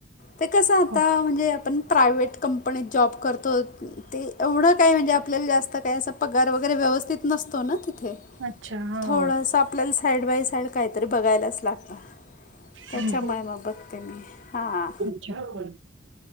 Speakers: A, on the left; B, on the right.
A: ते कस आता
B: हो.
A: म्हणजे आपण- प्रायव्हेट कंपनीत जॉब करतो ते एवढं काही म्हणजे, आपल्याला जास्त काय अस पगार वगैरे व्यवस्थित नसतो ना तिथे.
B: अच्छा,
A: थोडस
B: हो.
A: आपल्याला साईड बाय साईड- काहीतरी बघायलाच लागत, त्यांच्यामुळे
B: हं.
A: मग बघते मी हा.
B: ह हो <unintelligible>